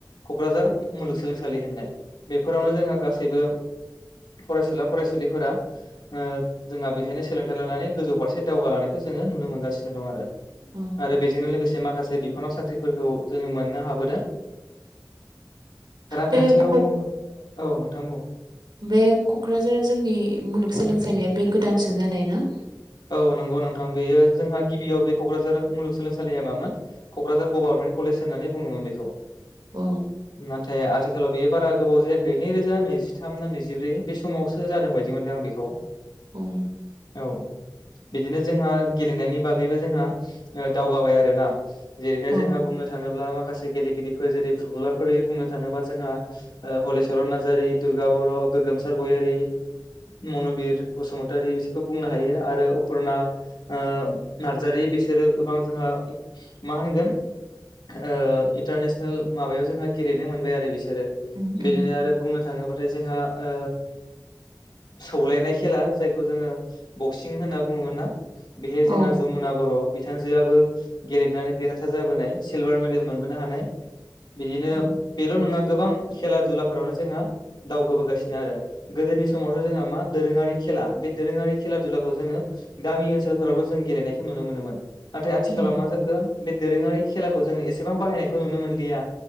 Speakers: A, on the left; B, on the right.
A: क'क्राझार मुलुगसोलोंसालि होननाय बेफोरावनो जोंहा गासैबो <inaudible> फरायसुला फरायसुलिफोरा ओ जोंहा बेहायनो सोलोंथाइ लानानै गोजौ फारसे दावगालांनायखौ जोङो नुनो मोनगासिनो दं आरो।
B: औ
A: आरो बेजोंनो लोगोसे माखासे बिफानाव साख्रिफोरखौ जों मोननो हाब रांखान्थियाव
B: बे कक
A: औ नोंथां बुं
B: बे क'क्राझार जोंनि मुलुग सोलोंसालिया बे गोदानसो जानाय ना?
A: औ नंगौ नोंथां बेयो जोंहा गिबियाव बे क'क्राझार मुलुगसोलोंसालिया मामोन क'क्राझार गभारनमेन न्त होननानै बुङोमोन बेखौ
B: औ
A: नाथाय आथिखा आथिखालाव बे बारा गोबाव जायाखै नैरोजा नैजिथाम ना नैजिब्रै बे समावसो जादों बायदि मोनदों आं बेखौ।
B: औ
A: औ बिदिनो जोंहा गेलेनायनि बागैबो जोंहा दावगाबाय आरोना जेरैहाय
B: औ
A: जोंहा बुंनो थाङोब्ला मा माखासे गेलेगिरिफोर जेरै फुटबलारफोर बुंनो थाङोबा जोंहा ओ हलिचरन नारजारि दुर्गा बर' गोगोमसार गयारि मनुबिर बसुमतारि बिसोरखौ बुंनो हायो आरो अपुरना ओ नार्जारि बिसोरो गोबां जोंहा मा होनगोन ओ इन्टारनेसनेल माबायाव जोंहा गेलेनो मोनबाय आरो बिसोरो
B: उम
A: बिदिनो
B: उम
A: आरो बुंनो थाङोबाथाय जोंहा ओ सौलानाय खेला जायखौ जोङो बक्सिं सिं होनना बुङोमोन ना बेहाय
B: औ
A: जोंहा जमुना बर' बिथांजोआबो गेलेनानै देरहासार जाबोनाय सिलभार मेडेल मोनबोनो हानाय बिदिनो
B: औ
A: बेल' नङा गोबां खेला दुलाफोरावनो जोंहा दावगोबोगासिनो आरो गोदोनि समावथ' जोंहा मा दोरोङारि खेला बे दोरोङारि खेला दुलाखौ जोङो गामि ओनसोलफोरावल' जों गेलेनायखौ नुनो मोनोमोन नाथाय आथिखालाव
B: उम
A: मा जाखो बे दोरोङारि खेलाखौ जों एसेबां बाहायनायखौ नुनो मोनलिया।